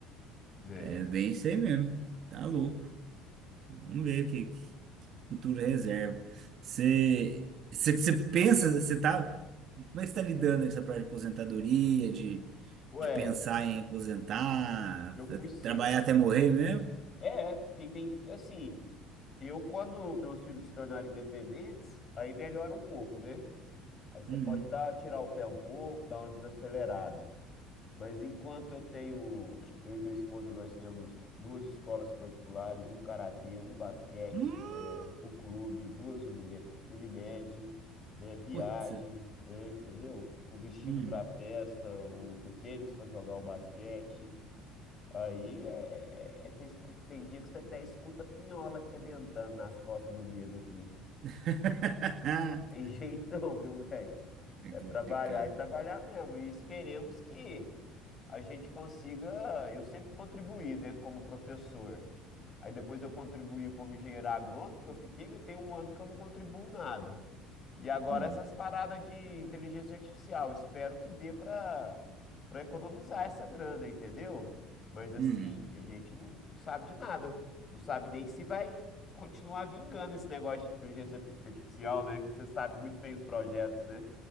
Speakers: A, on the left; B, on the right.
A: É.
B: É bem isso aí mesmo. Tá louco. Vamos ver o que, futuro reserva. Você, você, você pensa, você tá, como é que você tá lidando com essa parte de aposentadoria, de,
A: Ué,
B: de pensar em aposentar,
A: Eu fui sempre.
B: trabalhar até morrer mesmo?
A: É, quem tem. Assim, eu, quando meus filhos se tornarem independentes, aí melhora um pouco, né? Aí você
B: Uhum.
A: pode dar, tirar o pé um pouco, dar uma desacelerada. Mas enquanto eu tenho, eu e minha esposa, nós temos duas escolas particulares, um karatê, um basquete,
B: Hum,
A: é, o clube, duas Unime- Unimed, né, viagem,
B: putz.
A: né, entendeu? O vestido
B: Uhum.
A: para festa, o, o tênis para jogar o basquete. Aí é, é- é- você escu- tem dia que você até escuta pinhola arrebentando nas costas do negro aqui.
B: <laughs>
A: Tem <laughs> jeito não, viu, velho?
B: É
A: É
B: complicado.
A: trabalhar e trabalhar mesmo. E esperemos que a gente consiga. Eu sempre contribuí, né, como professor. Aí depois eu contribuí como engenheiro agrônomo, que eu fiquei, mas tem um ano que eu não contribuo nada. E agora
B: Uhum.
A: essas paradas de inteligência artificial. Espero que dê para para economizar essa grana, entendeu? Mas assim,
B: Uhum.
A: a gente não não sabe de nada. Não sabe nem se vai continuar vingando esse negócio de inteligência artificial, né? Que você sabe muito bem os projetos, né?